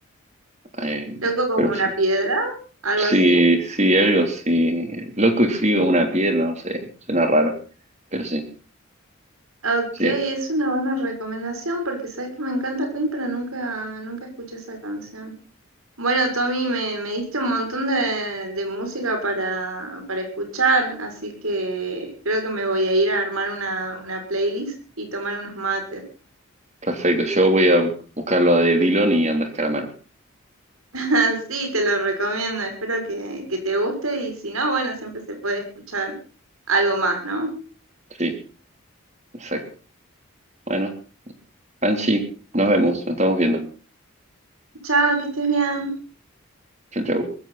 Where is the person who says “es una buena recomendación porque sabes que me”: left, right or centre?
Right